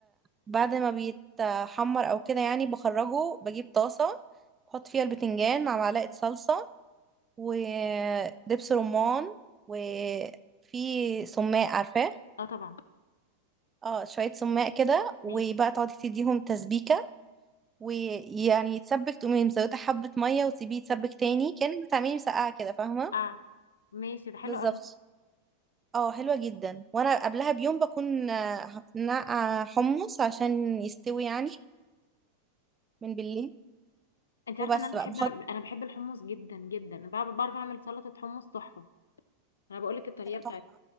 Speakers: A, on the right; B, on the left.
A: بعد ما بيتحمر او كده يعني بخرجه بجيب طاسة بحط فيها البتنجان مع معلقة صلصة ودبس رمان وفي سماق عارفاه
B: اه طبعا
A: اه شوية سماق كده وبقى
B: ماشي
A: تقعدي تديهم تسبيكة ويعني يتسبك تقومي مزودة حبة مية وتسيبيه يتسبك تاني كأنك بتعملي مسقعة كده فاهمة
B: اه ماشي ده حلو
A: بالظبط
B: قوي
A: اه حلوة جدا وانا قبلها بيوم بكون آه، نقع حمص عشان يستوي يعني من بالليل
B: انت عارفه
A: وبس
B: ان انا بحب
A: بقى بحط
B: أعمل... انا بحب الحمص جدا جدا أنا بعرف بعرف اعمل سلطه حمص تحفه انا بقول لك الطريقه بتاعتها
A: تحفة